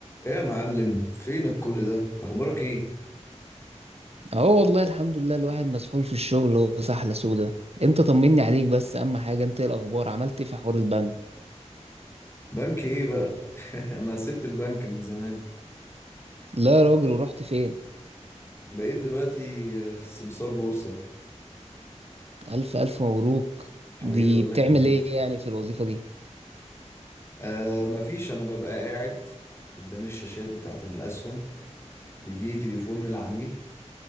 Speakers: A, on the left; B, on the right.
A: ايه يا معلم فينك كل ده اخبارك ايه
B: اه والله الحمد لله الواحد مسحول في الشغل وسحلة سودة انت طمني عليك بس اهم حاجة انت ايه الاخبار عملت ايه في حوار البنك
A: بنك ايه بقى <laughs> انا سبت البنك من زمان
B: لا يا راجل ورحت فين
A: بقيت دلوقتي في السمسار بورصة
B: الف الف مبروك
A: حبيبي
B: دي
A: الله
B: بتعمل
A: يخليك
B: ايه يعني في الوظيفة دي
A: آه مفيش انا ببقى قاعد قدام الشاشات بتاعت الاسهم بيجي لي تليفون من العميل